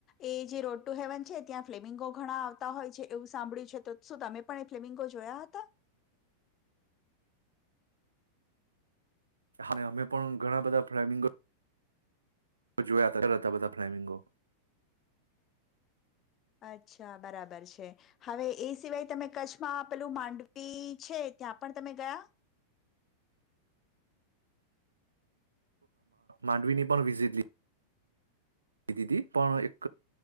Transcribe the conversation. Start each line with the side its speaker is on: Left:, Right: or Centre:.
Left: એ જે રોટ ટુ હેવન છે ત્યાં ફ્લેવિંગો ઘણા આવતા હોય છે એવું સાંભળ્યું છે તો શું તમે પણ એ ફ્લેવિંગો જોયા હતા?
Right: અને અમે પણ ઘણા બધા ફ્મિંગ જોવે આતા રતાાબતા ફ્રેમિંગો.
Left: અચ્છા બરાબર છે, હવે એ સિવાય તમે કચ્છમાં આપેલું માંડવી છે ત્યાં પણ તમે ગયા?
Right: માંડવીની પણ વિઝિટ લીધી દીદી પણ એક